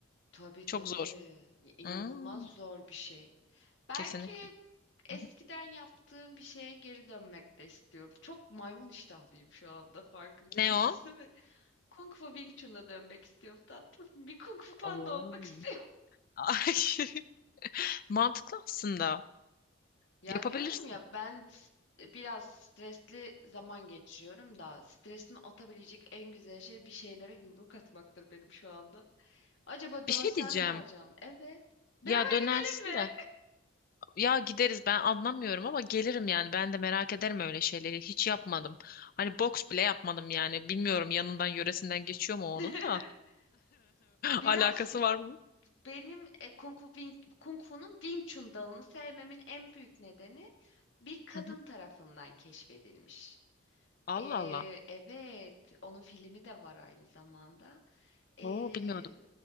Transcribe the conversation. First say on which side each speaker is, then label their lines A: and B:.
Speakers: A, on the left; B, on the left.
A: Tabii
B: Çok
A: tabii.
B: zor.
A: İnanılmaz
B: Hmm,
A: zor bir şey. Belki
B: kesinlikle.
A: eskiden
B: Hı hı.
A: yaptığım bir şeye geri dönmek de istiyorum. Çok maymun iştahlıyım şu anda farkında
B: Ne
A: değilsin.
B: o?
A: <laughs> Kung Fu Wing Chun'a dönmek istiyorum tatlım. Bir Kung Fu Panda
B: Oo.
A: olmak istiyorum.
B: Ay, <laughs> mantıklı aslında.
A: Ya
B: Yapabilirsin.
A: diyorum ya ben s- biraz stresli zaman geçiriyorum da stresimi atabilecek en güzel şey bir şeylere yumruk atmaktır benim şu anda. Acaba
B: Bir
A: dönsem
B: şey diyeceğim.
A: mi hocam? Evet. Beraber
B: Ya dönersin
A: gidelim mi?
B: de. Ya gideriz ben anlamıyorum ama gelirim yani ben de merak ederim öyle şeyleri hiç yapmadım. Hani boks bile yapmadım yani bilmiyorum yanından yöresinden geçiyor mu onun
A: <laughs>
B: da
A: Biraz
B: <laughs> alakası var mı?
A: benim e, Kung Fu Wing, Kung Fu'nun Wing Chun dalını sevmemin en büyük nedeni bir kadın
B: Hı hı.
A: tarafından keşfedilmiş.
B: Allah
A: Ee,
B: Allah.
A: evet, onun filmi de var aynı zamanda. E,
B: Oo bilmiyordum.